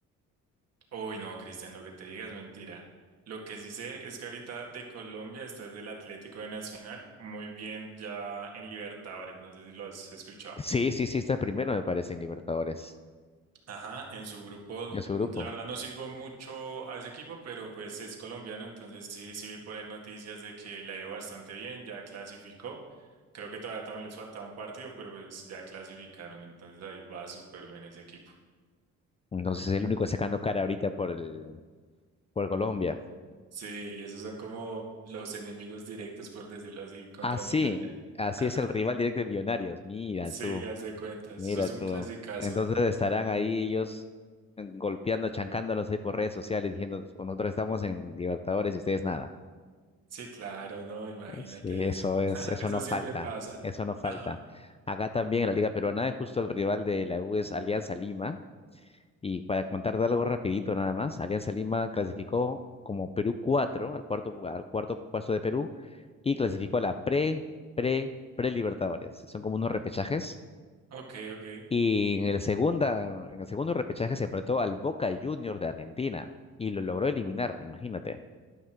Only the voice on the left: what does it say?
Sí, sí, sí, está primero, me parece, en Libertadores,
en su
grupo.
Entonces es el único sacando cara ahorita por el, por Colombia.
Ah, sí,
así
es el rival directo de Millonarios. Mira
tú,
mira
tú.
Entonces estarán ahí ellos eh, golpeando, chancándolos ahí por redes sociales, diciendo, nosotros estamos en Libertadores y ustedes nada.
Sí, eso
es,
eso
no
falta,
eso no falta.
Acá también en la Liga Peruana es justo el rival de la U es Alianza Lima. Y para contarte algo rapidito nada más, Alianza Lima clasificó como Perú 4, al cuarto, al cuarto puesto de Perú y clasificó a la pre, pre, pre-Libertadores. Son como unos repechajes.
Y en el segunda, en el segundo repechaje se enfrentó al Boca Juniors de Argentina y lo logró eliminar, imagínate.